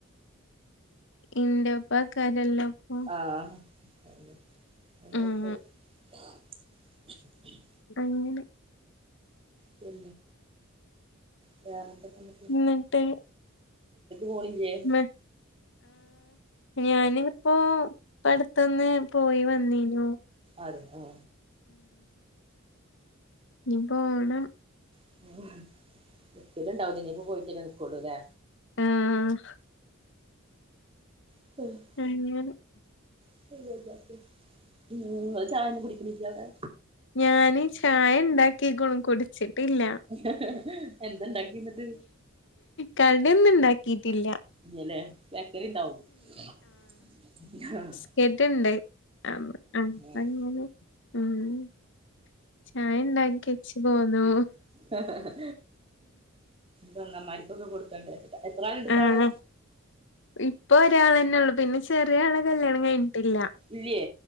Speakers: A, on the left; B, on the right.
A: <unintelligible>
B: ആ <unintelligible>
A: ഉം അങ്ങനെ
B: <unintelligible> വേറെ <unintelligible>
A: ന്നിട്ട്
B: പോണില്ലേ
A: <inaudible> ഞാനിപ്പോ അടുത്തൊന്ന് പോയി വന്നീനു.
B: അതെ ആ
A: ഞ്ഞി പോണം.
B: <inaudible> <unintelligible> ണ്ടാവൂല ലെ ഞ്ഞി പോ <unintelligible>
A: ആ <inaudible>
B: <inaudible>
A: <unintelligible>
B: <inaudible> ഉം ങ്ങള് ചായ ഒന്നും കുടിക്കണില്ല്യേ അവടെ.
A: ഞാൻ ചായ ണ്ടാക്കിക്ണു കുടിച്ചിട്ടില്ല.
B: <unintelligible> എന്താ ണ്ടാക്കി ന്നിട്ട്.
A: കടി ഒന്നുണ്ടാക്കീട്ടില്ല.
B: <unintelligible> ബാക്കറി ണ്ടാവും <unintelligible>
A: <unintelligible> ണ്ട് അപ്പൊ
B: ആഹ്
A: ങ്ങനെ ആ <unintelligible> ചായ ണ്ടാക്കിച്ച് പോന്നു
B: ഹഹ ഹ പെങ്ങൻ മാർക്കൊക്കെ കൊടുക്കേണ്ടി <unintelligible> എത്ര ആളുണ്ട് പ്പോ
A: ആഹ്
B: അവിടെ
A: ഇപ്പൊ ഒരാളെന്നെ ഒള്ളു പിന്നെ ചെറിയ ആളെ കല്യാണം കഴിഞ്ഞിട്ടില്ല.
B: ല്ല്യേ